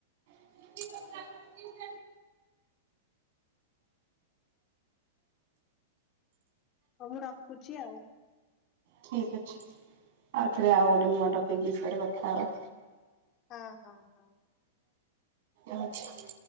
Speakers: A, on the right; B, on the left.
A: <unintelligible>
B: ହଉ ମୁଁ ରଖୁଛି ଆଉ।
A: ଠିକ ଅଛି ଆଉ ଥରେ ଆଉ ଗୋଟେ ନୂଆ ଟପିକ ବିଷୟରେ କଥା ହବା।
B: ହଁ ହଁ ହଁ।
A: ଅଛି।